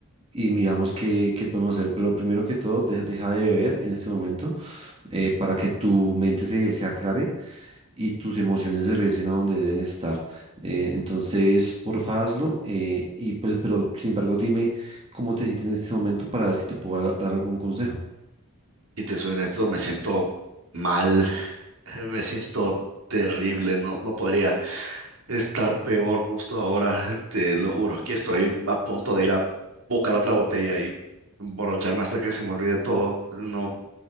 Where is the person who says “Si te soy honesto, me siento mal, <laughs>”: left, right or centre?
Right